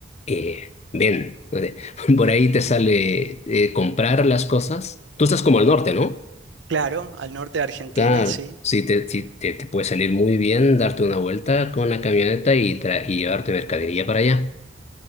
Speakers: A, on the left; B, on the right.
A: eh, ven. O sea, <laughs> Por ahí te sale eh, comprar las cosas. Tú estás como al norte, ¿no?
B: Claro, al norte de Argentina,
A: Claro,
B: sí.
A: sí, te, sí, te, te puede salir muy bien darte una vuelta con la camioneta y, tra- y llevarte mercadería para allá.